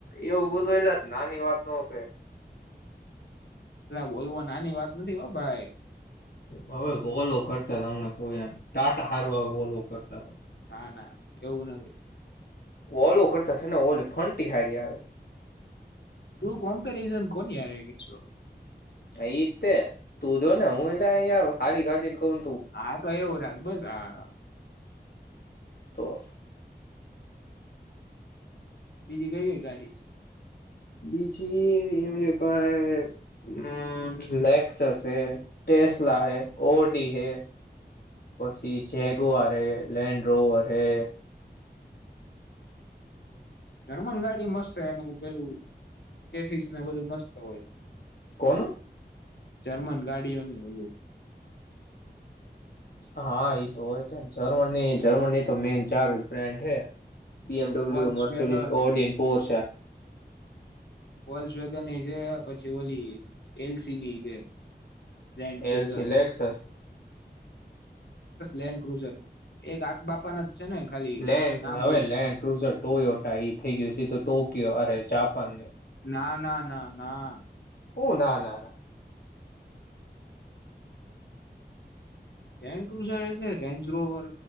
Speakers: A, on the left (about 65°); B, on the left (about 85°).
A: એ ઉભું તો એટલે નાની વાત ન કે
B: એ બોલવો નાની વાત નથી. હો ભાઈ!
A: હવે વોલો કરતા હમને કોઈ એમ, ટાટા હારવા વોલો કરતા, તો
B: ના ના એવું નથી.
A: ઓલોવો કરતા છે, ને ઓલે ફંટી હારી આવે.
B: તું કમ્પરિઝન કો હું.
A: હ તે તું જો ને હું એલા હારી ગ્ટન કું
B: હા તો એવું રાખ બસ. હા
A: તો
B: બીજી કઈ ગઈ ગાડી
A: બીજી એમને પણ, હમ લેકહશે હે ટેસ્લા હૈ, ઓડી હૈ. પછી જેગવાર હે લેન્ડ રોવર હે
B: જર્મન ગાડી મસ્ત એનું પેલું ચેજીશ બધું મસ્ત હોય
A: કોનું
B: જર્મન ગાડીઓની ઓલુ
A: હા એ તો હોય છે જર્મન જર્મનની તો મેન ચાર બ્રેન્ડ હે B M W
B: Volkswagen
A: Audi અને પોરશાં
B: વોકસ વેગનની છે પછી ઓલી એલસીની છે Land Cruiser
A: LC Lexus
B: Land Cruiser એક આ બાપાના છે ને ખાલી
A: લેડ
B: નામ
A: હવે
B: અલગ
A: લેન્ડ ક્રુઝર ટોયટા એ થઈ ગયું તો ટ ક અરે જાંપાન
B: ના ના ના ના
A: હું ના ના ના
B: લેન્ડ ક્રુઝર છે રેન્જરોવર